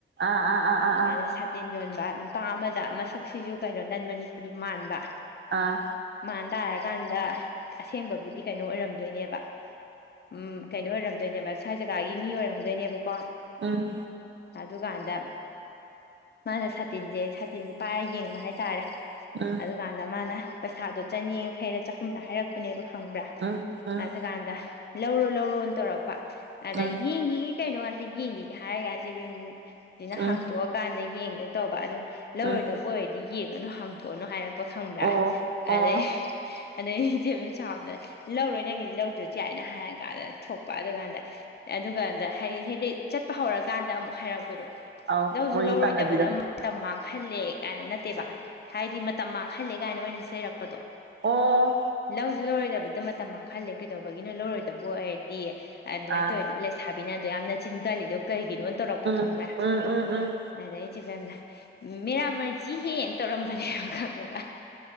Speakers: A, on the right; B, on the left.
A: ꯑꯥ ꯑꯥ ꯑꯥ ꯑꯥ ꯑꯥ
B: ꯑꯗ ꯁꯥꯇꯤꯟ ꯌꯣꯟꯕ ꯅꯨꯄꯥ ꯑꯃꯗ ꯃꯁꯛꯁꯤꯁꯨ ꯀꯩꯅꯣ ꯅꯟ ꯃꯅꯤꯄꯨꯔꯤ ꯃꯥꯟꯕ
A: ꯑꯥ
B: ꯃꯥꯟ ꯇꯥꯔꯀꯥꯟꯗ ꯑꯁꯦꯡꯕꯕꯨꯗꯤ ꯀꯩꯅꯣ ꯑꯣꯏꯔꯝꯗꯣꯏꯅꯦꯕ ꯎꯝ ꯀꯩꯅꯣ ꯑꯣꯏꯔꯝꯗꯣꯏꯅꯦꯕ ꯁ꯭ꯋꯥꯏ ꯖꯒꯥꯒꯤ ꯃꯤ ꯑꯣꯏꯔꯝꯗꯣꯏꯅꯦꯕꯀꯣ
A: ꯎꯝ
B: ꯑꯗꯨꯀꯥꯟꯗ ꯃꯥꯅ ꯁꯥꯇꯤꯟꯁꯦ ꯁꯥꯇꯤꯟꯁꯦ ꯄꯥꯏꯔ ꯌꯦꯡꯕ ꯍꯥꯏꯇꯥꯔꯦ
A: ꯎꯝ
B: ꯑꯗꯨꯀꯥꯟꯗ ꯃꯥꯅ ꯄꯩꯁꯥꯗꯣ ꯆꯅꯤꯈꯩꯔ ꯆꯍꯨꯝꯂ ꯍꯥꯏꯔꯛꯄꯅꯦꯕ ꯈꯪꯕ꯭ꯔꯥ
A: ꯎꯝ ꯎꯝ
B: ꯑꯗꯨꯀꯥꯟꯗ ꯂꯧꯔꯣ ꯂꯧꯔꯣꯅ ꯇꯧꯔꯛꯄ ꯑꯗ
A: ꯎꯝ
B: ꯌꯦꯡꯈꯤꯒ ꯀꯩꯅꯣ ꯉꯥꯛꯇ ꯌꯦꯡꯈꯤꯒ ꯍꯥꯏꯔ ꯆꯦ ꯕꯦꯝꯁꯤ ꯁꯤꯅ
A: ꯎꯝ
B: ꯍꯥꯡꯇꯣꯛꯑꯀꯥꯟꯗ ꯌꯦꯡꯗꯧ ꯇꯧꯕ ꯑꯗꯨ ꯂꯧꯔꯣꯏꯗꯕ
A: ꯎꯝ
B: ꯑꯣꯏꯔꯗꯤ ꯌꯦꯡꯉꯅꯨ ꯍꯥꯡꯇꯣꯛꯑꯅꯨ ꯍꯥꯏꯔꯛꯄ ꯄ ꯈꯪꯕ꯭ꯔꯥ
A: ꯑꯣ ꯑꯣ
B: ꯑꯗꯩ ꯑꯗꯩ ꯏꯆꯦ ꯕꯦꯝ ꯁꯥꯎꯗꯅ ꯂꯧꯔꯣꯏ ꯅꯪꯒꯤꯗꯤ ꯂꯧꯗ꯭ꯔꯁꯨ ꯌꯥꯏꯅ ꯍꯥꯏꯔꯀꯥꯟꯗ ꯊꯣꯛꯄ ꯑꯗꯨꯀꯥꯟꯗ ꯑꯗꯨꯒꯥꯟꯗ ꯍꯥꯏꯗꯤ ꯍꯥꯏꯗꯤ ꯆꯠꯄ ꯍꯧꯔꯀꯥꯟꯗ ꯑꯃꯨꯛ ꯍꯥꯏꯔꯛꯄꯗꯣ
A: ꯑꯥꯎ
B: ꯂꯧꯁꯨ
A: ꯃꯣꯏꯒꯤ
B: ꯂꯧꯔꯣꯏꯗꯕꯗ
A: ꯇꯥꯟꯅꯕꯤꯗꯣ
B: ꯃꯇꯝ ꯃꯥꯡ ꯥꯍꯜꯂꯦ ꯀꯥꯏꯅ ꯅꯠꯇꯦꯕ ꯍꯥꯏꯗꯤ ꯃꯇꯝ ꯃꯥꯡꯍꯜꯂꯦ ꯀꯥꯏꯅ ꯑꯣꯏꯅ ꯆꯩꯔꯛꯄꯗꯣ
A: ꯑꯣ
B: ꯂꯧꯁꯨ ꯂꯧꯔꯣꯏꯗꯕꯗ ꯃꯇꯝ ꯃꯥꯥꯡꯍꯜꯂꯦ ꯀꯩꯗꯧꯕꯒꯤꯅꯣ ꯂꯧꯔꯣꯏꯗꯕ ꯑꯣꯏꯔꯗꯤ ꯑꯗꯨꯃꯥꯏꯅ
A: ꯑꯥ
B: ꯇꯧꯋꯤꯗꯣꯕꯨ ꯂꯩꯁꯥꯕꯤꯅ ꯑꯗꯨꯌꯥꯝꯅ ꯆꯤꯟ ꯀꯜꯂꯤꯗꯣ ꯀꯩ ꯒꯤꯅꯣ ꯇꯧꯔꯛꯄ
A: ꯎꯝ
B: ꯈꯪꯕ꯭ꯔ
A: ꯎꯝ ꯎꯝ ꯎꯝ
B: ꯑꯗꯨꯗꯩ ꯆꯦꯕꯦꯝꯅ ꯃꯦꯔꯥꯃꯔꯖꯤ ꯍꯦ ꯇꯧꯔꯝ <unintelligible> ꯈꯪꯕ꯭ꯔ